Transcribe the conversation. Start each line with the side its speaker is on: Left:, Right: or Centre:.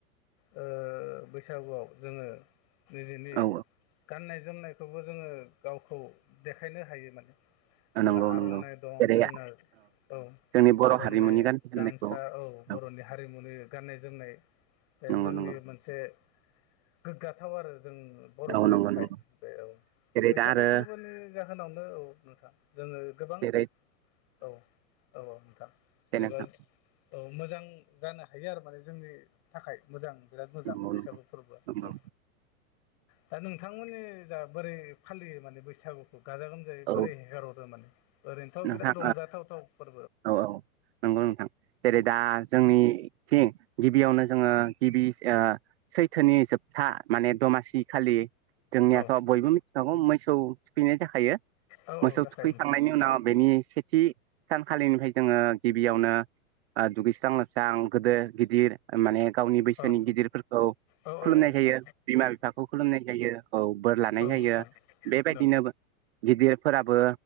Left: ओह बैसागुआव जोङो निजिनि
Right: औ
Left: गाननाय जोमनायखौबो जोङो गावखौ देखायनो हायो माने।
Right: औ
Left: जों
Right: नंगौ
Left: आर'नाइ
Right: नंगौ
Left: दं
Right: जेरै
Left: जोंनो औ।
Right: जोंनि बर'
Left: आर'नाइ
Right: हारिमुनि गाननाय जोमनायखौ
Left: गामसा औ बर'नि
Right: नंगौ
Left: हारिमुनि गाननाय जोमनाय। ओह
Right: नंगौ
Left: जोंनि
Right: नंगौ
Left: मोनसे गोग्गाथाव आरो जों बर'फोरनि
Right: औ नंगौ
Left: थाखाय
Right: नंगौ
Left: बे औ
Right: जेरै
Left: बैसागुफोर
Right: दा आरो
Left: <unintelligible> जाहोनावनो औ नोंथां जोङो गोबां
Right: जेरै
Left: औ औ औ नोंथां। जेनेबा
Right: दे नोंथां
Left: ओ मोजां जानो हायो आरो माने जोंनि थाखाय मोजां बिराद मोजां
Right: नंगौ
Left: बैसागु
Right: नंगौ
Left: फोरबोआ औ
Right: नंगौ
Left: दा नोंथां नोंथांमोननिजा बोरै फालियो माने बैसागुखौ गाजा गोमजायै बोरै
Right: औ
Left: हेगारहरो माने? ओरैथ'
Right: नोंथां
Left: बिराद रंजाथावथाव।
Right: औ औ नोंगौ नोंथां जेरै दा जोंनि थिं गिबियावनो जोङो गिबि ओह सैथोनि जोबथा माने दमासि खालि जोंनियाथ'
Left: औ
Right: बयबो मिथिखागौ मोसौ थुखैनाय जाखायो
Left: औ औ
Right: मोसौ
Left: जाखायो
Right: थुखैखांनायनि
Left: नोंथां
Right: उनाव नि सेथि सानखालिनिफाय जोङो गिबियावनो ओह दुगैस्रां लोबस्रां गोदो गिदिर माने गावनि बैसोनि
Left: औ
Right: गिदिरफोरखौ
Left: औ
Right: खुलुमनाय
Left: औ औ
Right: जायो बिमा बिफाखौ खुलुमनाय जायो औ बोर लानायजायो
Left: औ नोंथां
Right: बेबायदिनो
Left: औ
Right: बो गिदिरफोराबो